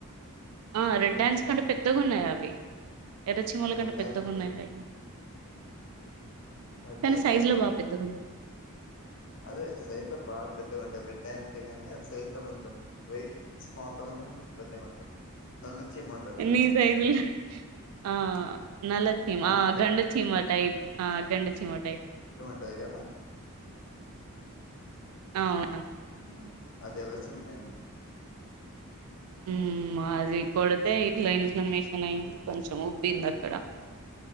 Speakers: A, on the right (about 75°); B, on the left (about 55°).
A: ఆ రెడ్
B: హిరోషిమాలో
A: ఆంట్స్ కంటే పెద్దగా ఉన్నాయి అవి ఎర్ర చీమల
B: రెడ్
A: కంటే పెద్దగా
B: హ్యాండ్స్
A: ఉన్నాయి అయి
B: రెడ్
A: కానీ
B: హ్యాండ్స్
A: సైజు
B: అండి
A: లో బా
B: అవి
A: పెద్దగున్నయి
B: అదే సైజ్ లో బా పెద్దగుంటయ్ అవి దే అంతే గానీ సైజ్ లో కొంచెం వెయిట్ స్మాల్ తో కన్నా కొంచెం పెద్దగుంటై నల్ల చీమ ఉంటది కదా
A: నీ సైజులో ఆ నల్ల చీమ
B: అంత
A: ఆ గండు చీమ టైప్ ఆ గండు చీమ టైప్
B: టది గద
A: అవును
B: ఉమ్ అది ఎర్ర చీమ ఉన్నాయండి
A: ఉమ్ మా అది కొడితే ఇట్ల ఇన్ఫ్లమేషన్ అయింది కొంచెం ఉబ్బంది అక్కడ